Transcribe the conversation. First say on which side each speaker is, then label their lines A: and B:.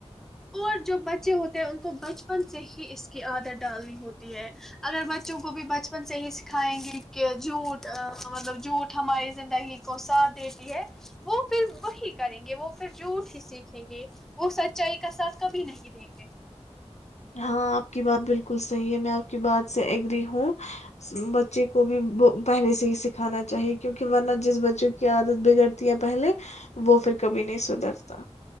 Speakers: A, in the centre; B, on the left (about 80°).
A: اور جو بچے ہوتے ہیں ان کو بچپن سے ہی اس کی عادت ڈالنی ہوتی ہے اگر بچوں کو بھی بچپن سے ہی سکھائیں گے کہ جھوٹ مطلب جھوٹ ہماری زندگی کو ساتھ دیتی ہے وہ پھر وہی کریں گے وہ پھر جھوٹ ہی سیکھیں گے وہ سچائی کا ساتھ کبھی نہیں دیں گے
B: ہاں آپ کی بات بالکل صحیح ہے میں آپ کی بات سے اگری ہوں بچے کو بھی پہلے سے ہی سکھانا چاہیے کیونکہ ورنہ جس بچوں کی عادت بگڑتی ہے پہلے وہ پھر کبھی نہیں سدھرتا